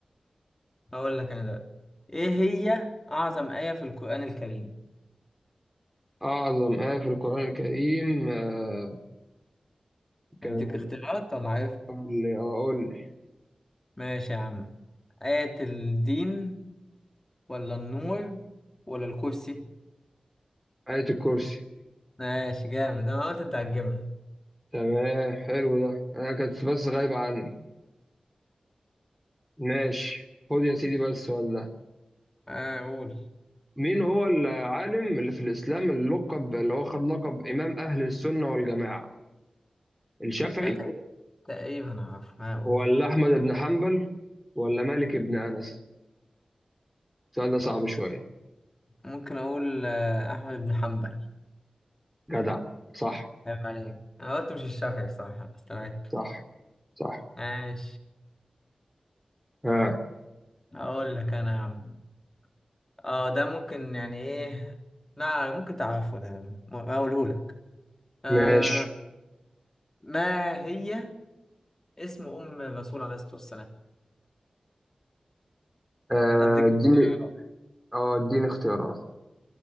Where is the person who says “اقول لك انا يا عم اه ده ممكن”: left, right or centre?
Left